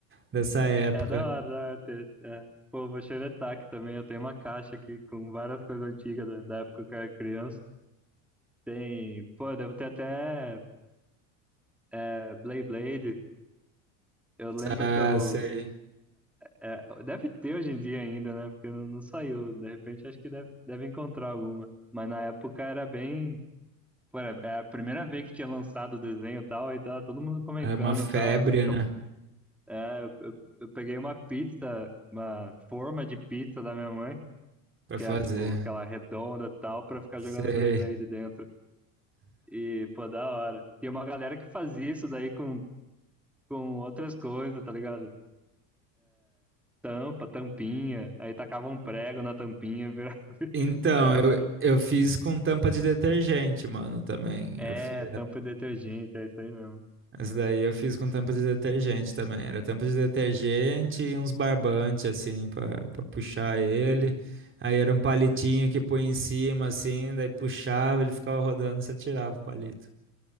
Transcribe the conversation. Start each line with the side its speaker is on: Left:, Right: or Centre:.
Right: dessa época.
Centre: É da hora, da hora. ter- É. Pô, vou xeretar aqui também. Eu tenho uma caixa aqui com várias coisas antigas da, da época que eu era criança. Tem, pô, devo ter até é, Blade Blade. Eu lembro
Right: Ah,
Centre: que eu.
Right: sei.
Centre: é, deve ter hoje em dia ainda, né? Porque não, não saiu. De repente acho que deve, deve encontrar alguma. Mas na época era bem. Pô, era era a primeira vez que tinha lançado o desenho e tal. Aí tava todo mundo comentando
Right: Era uma febre,
Centre: e tal. Eu lembro que
Right: né?
Centre: eu, é, eu, eu eu peguei uma pizza, uma forma de pizza da minha mãe.
Right: Pra
Centre: que
Right: fazer.
Centre: é tipo aquela redonda e tal, pra ficar
Right: Sei.
Centre: jogando blade blade dentro. E, pô, da hora. Tem uma galera que fazia isso daí com, com outras coisas, tá ligado? Tampa, tampinha, aí tacava um prego na tampinha, virava, <laughs>
Right: Então,
Centre: virava,
Right: eu, eu fiz com tampa de detergente, mano, também.
Centre: é,
Right: Eu fiz.
Centre: tampa de detergente, é isso aí mesmo.
Right: Essa daí eu fiz com tampa de detergente também. Era tampa de detergente e uns barbantes, assim, pra, pra puxar ele.
Centre: Sim.
Right: Aí era um palitinho que põe em cima, assim, daí puxava, ele ficava rodando, você tirava o palito.